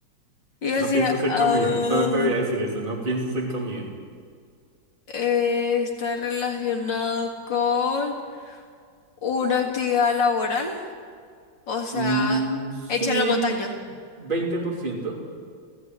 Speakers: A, on the left; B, on the right.
A: y yo decía,
B: No pienses en
A: ah,
B: comida, solo te voy a decir eso, no pienses en comida.
A: eh, está relacionado con una actividad laboral. O sea,
B: Mm, sí,
A: hecha en la montaña.
B: 20%.